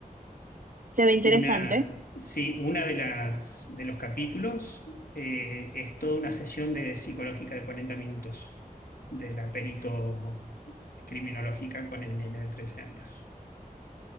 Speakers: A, on the right (about 65°); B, on the left (about 80°).
A: Se ve interesante.
B: Una, sí, una de las de los capítulos eh, es toda una sesión de psicológica de 40 minutos de la perito criminológica con el nene de 13 años.